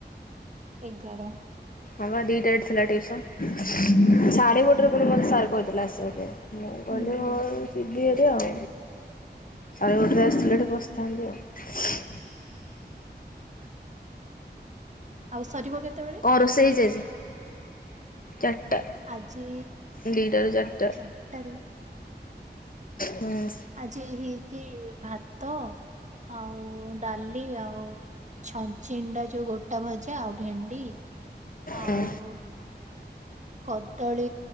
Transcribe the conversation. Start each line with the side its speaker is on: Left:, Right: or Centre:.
Right: ଏଗାର।
Left: ହଁ ପା ଦିଇଟାରେ ଥିଲା ଟିଉସନ୍। ସାଢେ ଗୋଟରେ ଫୁଣି ମତେ ସାର୍ କହିଥିଲେ ଆସିବା ପାଇଁ। ମୁଁ କହିଲି
Right: ହୁଁ ହୁଁ
Left: ହୋଉ। ଜିବିହାରି ଆଉ, ସାଢେ ଗୋଟେରେ ଆସିଥିଲେ ଏଠି ବସିଥାନ୍ତି ଆଉ।
Right: ଆଉ ସରିବ କେତେ ବେ
Left: କଣ ରୋଷେଇ ହେଇଯାଇଚି? ଚାରିଟା।
Right: ଆଜି
Left: ଦିଟାରୁ ଚାରିଟା
Right: ଚାରିଟାରେ
Left: ହୁଁ।
Right: ଆଜି ହେଇଚି ଭାତ ଆଉ ଡା ଲି ଆଉ ଛଚିଣ୍ଡା ଯୋଉ ଗୋଟା ଭଜା ଆଉ ଭେଣ୍ଡି ଆଉ
Left: ହୁଁ
Right: କଦଳୀ